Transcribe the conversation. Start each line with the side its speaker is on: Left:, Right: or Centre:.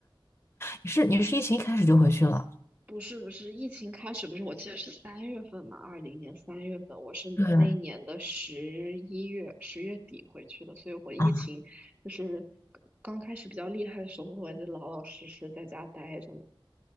Left: 你是你是疫情一开始就回去了？
Right: 不是不是，疫情开始不是，我记得是三月份嘛，二零年三月份，我是那一年的十一月十月底回去的，
Left: 对
Right: 所以我疫情就是
Left: 啊，
Right: 刚开始比较厉害的时候，我就老老实实在家待着，